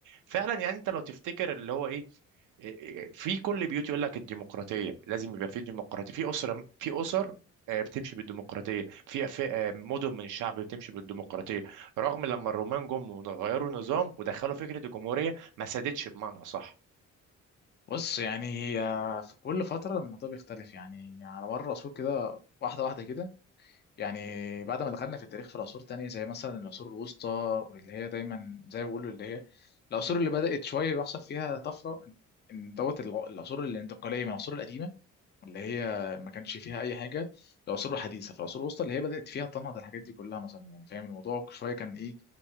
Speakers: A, on the right; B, on the left.
A: فعلا يعني انت لو تفتكر اللي هو ايه إيه- إيه، في كل بيوت يقول لك الديمقراطيه لازم يبقى في ديمقراطيه في اسره في اسر آه، بتمشي بالديمقراطيه في في، آه، مدن من الشعب بتمشي بالديمقراطيه رغم لما الرومان جم وغيروا النظام ودخلوا فكره الجمهوريه ما سادتش بمعنى اصح
B: بص يعني هي في كل فتره الموضوع بيختلف يعني على مر العصور كده واحده واحده كده يعني بعد ما دخلنا في التاريخ في العصور التانية زي مثلا العصور الوسطى اللي هي دايما زي ما بيقولوا اللي هي العصور اللي بدأت شوية بيحصل فيها طفرة ان دوت الع- العصور الانتقالية من العصور القديمة اللي هي ما كانش فيها اي حاجه العصور الحديثه في العصور الوسطى اللي هي بدات فيها تنهض الحاجات دي كلها مثلا يعني فاهم الموضوع شويه كان ايه